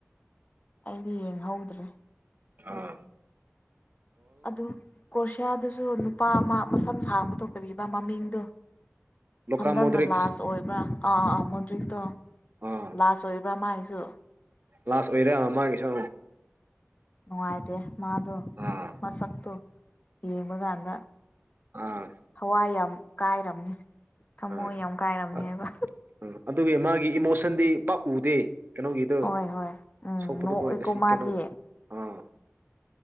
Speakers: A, on the left; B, on the right.
A: ꯑꯩꯗꯤ ꯌꯦꯡꯍꯧꯗ꯭ꯔꯦ
B: ꯑ
A: ꯑꯗꯨ ꯀꯣꯁꯤꯌꯥꯗꯨꯁꯨ ꯅꯨꯄꯥ ꯑꯃ ꯃꯁꯝ ꯁꯥꯡꯕꯗꯣ ꯀꯔꯤꯌꯦꯕꯥ ꯃꯃꯤꯡꯗꯣ
B: ꯂꯨꯀꯥ
A: ꯍꯟꯗꯛꯅ
B: ꯃꯣꯗ꯭ꯔꯤꯛꯁ
A: ꯂꯥꯁ ꯑꯣꯏꯕ꯭ꯔꯥ ꯑꯥ ꯑꯥ ꯃꯨꯟꯇ꯭ꯔꯤꯛꯇꯣ
B: ꯑꯥ
A: ꯂꯥꯁ ꯑꯣꯏꯕ꯭ꯔꯥ ꯃꯥ ꯑꯩꯁꯨ
B: ꯂꯥꯁ ꯑꯣꯏꯔꯦ ꯃꯥꯒꯤꯁꯨ
A: ꯅꯨꯡꯉꯥꯏꯇꯦ ꯃꯥꯗꯣ
B: ꯑꯥ
A: ꯃꯁꯛꯇꯨ ꯌꯦꯡꯕ ꯀꯥꯟꯗ
B: ꯑꯥ
A: ꯊꯋꯥꯏ ꯌꯥꯝ ꯀꯥꯏꯔꯝꯅꯤ ꯊꯃꯣꯏ
B: ꯑꯥ
A: ꯌꯥꯝ ꯀꯥꯏꯔꯝꯅꯤ
B: ꯑ
A: ꯍꯥꯏꯕ
B: ꯎꯝ ꯑꯗꯨꯒꯤ ꯃꯥꯒꯤ ꯏꯃꯣꯁꯟꯗꯤ ꯄꯥꯛꯎꯗꯦ ꯀꯩꯅꯣꯒꯤꯗꯨ
A: ꯍꯣꯏ ꯍꯣꯏ ꯎꯝ
B: ꯁꯣꯛꯄꯗꯨꯀꯣ
A: ꯅꯣꯛꯑꯦꯀꯣ
B: ꯑꯁꯤ
A: ꯃꯥꯗꯤ
B: ꯀꯩꯅꯣ ꯑꯥ